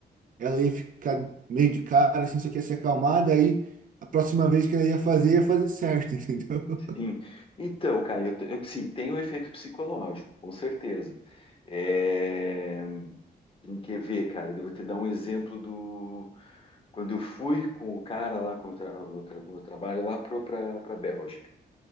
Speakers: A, on the right; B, on the left.
A: ela ia ficar meio de cara, assim, só que ia se acalmar, daí a próxima vez que ela ia fazer, ia fazer certo, <laughs> entendeu?
B: Sim. Então, cara, eu, te- eu sim, tem um efeito psicológico, com certeza. É... Tem que ver, cara. Eu vou te dar um exemplo do. Quando eu fui com o cara lá com o tra- no, tra- no trabalho lá para Bélgica.